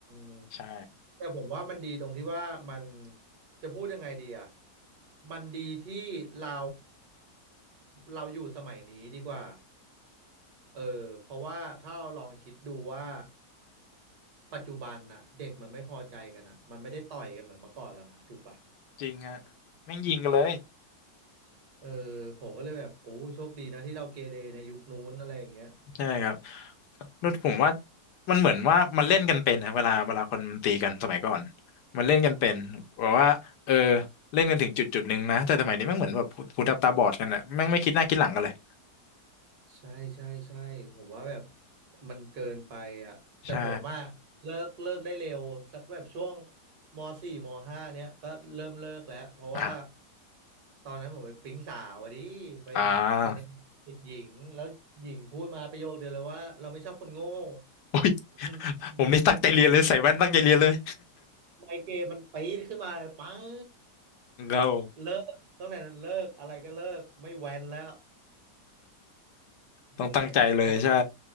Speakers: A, on the right; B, on the left.
A: ม
B: ใช่
A: แต่ผมว่ามันดีตรงที่ว่ามันจะพูดยังไงดีอ่ะมันดีที่เราเราอยู่สมัยนี้ดีกว่าเออเพราะว่าถ้าเราลองคิดดูว่าปัจจุบันน่ะเด็กมันไม่พอใจกันอ่ะมันไม่ได้ต่อยกันเหมือนเมื่อก่อนแล้วนะถูกปะ
B: จริงฮะแม่งยิงกันเลย
A: เออเออผมก็เลยแบบโอ้โชคดีนะที่เราเกเรในยุคนู้นอะไรอย่างเงี้ย
B: ใช่ครับ แล้วผมว่ามันเหมือนว่ามันเล่นกันเป็นนะเวลาเวลาคนมันตีกันสมัยก่อนมันเล่นกันเป็นบอกว่าเออเล่นกันถึงจุดจุดหนึ่งนะแต่สมัยนี้แม่งเหมือนแบบหูดับตาบอดกันอะแม่งไม่คิดหน้าคิดหลังกันเลย
A: ใช่ใช่ใช่ผมว่าแบบมันเกินไปอ่ะแต่ผมอะเลิกเลิกได้เร็วสักแบบช่วง
B: ใช่
A: มสี่มห้าเนี้ยก็เริ่มเลิกแล้วเพราะว่า
B: อ่ะ
A: ตอนนั้นผมไปปิ๊งสาวอะดิไป
B: อ่า
A: ไปในติดหญิงแล้วหญิงพูดมาประโยคเดียวเลยว่าเราไม่ชอบคนโง่
B: อุ้ย
A: อ
B: ผมนี่ตั้งใจเรียนเลยใส่แว่นตั้งใจเรียนเลย
A: ืมไมเกรนมันปี๊ดขึ้นมาเลยปัง
B: เกา
A: เลิกตั้งแต่นั้นเลิกอะไรก็เลิกไม่แว้นแล้ว
B: <laughs> ต้องตั้งใจเลยใช่
A: ใช่เมื่อก่อน